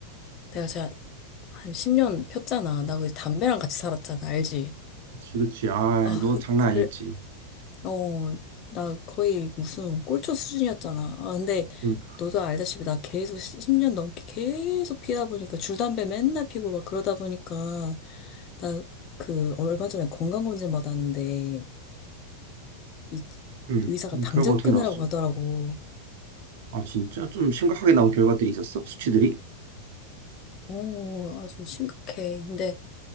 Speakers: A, on the left (about 35°); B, on the right (about 55°).
A: 내가 자, 한 10년 폈잖아. 나 거기서 담배랑 같이 살았잖아. 알지?
B: 그치, 그치. 아,
A: 아,
B: 너
A: 그,
B: 장난
A: 그,
B: 아니었지.
A: 어, 나 거의 무슨 꼴초 수준이었잖아. 아, 근데
B: 그러니까.
A: 너도 알다시피 나 계속 10년 넘게 계속 피다 보니까 줄담배 맨날 피고 막 그러다 보니까 나 그 얼마 전에 건강검진 받았는데 이
B: 응.
A: 의사가
B: 음,
A: 당장
B: 결과 어떻게
A: 끊으라고
B: 나왔어?
A: 하더라고.
B: 아, 진짜? 좀 심각하게 나온 결과들이 있었어? 수치들이?
A: 어, 아주 심각해. 근데